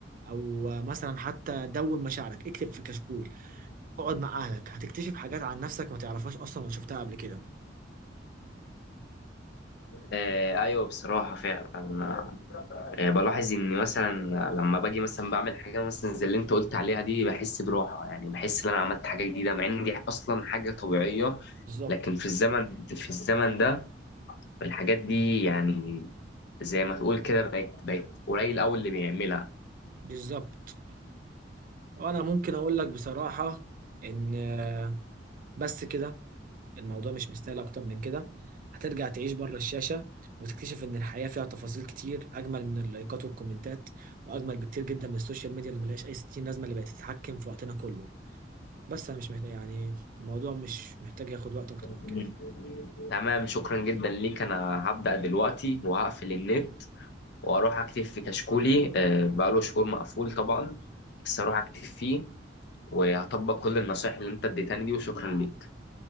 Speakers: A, on the right; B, on the left.
A: او مثلا حتى دون مشاعرك اكتب في كشكول اقعد مع اهلك هتكتشف حاجات عن نفسك ما تعرفهاش اصلا ولا شفتها قبل كده
B: آه ايوه بصراحه فعلا آه، آه، بلاحظ اني مثلا لما باجي مثلا بعمل حاجه مثلا زي اللي انت قلت عليها دي بحس براحه يعني بحس ان انا عملت حاجه جديده مع ان دي اصلا حاجه طبيعيه
A: بالظبط
B: لكن في الزمن في الزمن ده الحاجات دي يعني زي ما تقول كده بقت بقت قليل قوي اللي بيعملها
A: بالظبط وانا ممكن اقول لك بصراحة ان آه، بس كده الموضوع مش مستاهل اكتر من كده هترجع تعيش بره الشاشة وتكتشف ان الحياة فيها تفاصيل كتير اجمل من اللايكات والكومنتات واجمل بكتير جدا من السوشيال ميديا اللي ملهاش اي ستين لازمة اللي بقت تتحكم في وقتنا كله بس انا مش محتاج يعني الموضوع مش محتاج ياخد وقت اكتر من
B: مم.
A: كده
B: تمام شكرا جدا ليك انا هبدأ دلوقتي وهقفل النت واروح اكتب في كشكولي آه، بقاله شهور مقفول طبعا بس اروح اكتب فيه وهطبق كل النصائح اللي انت اديتني دي وشكرا ليك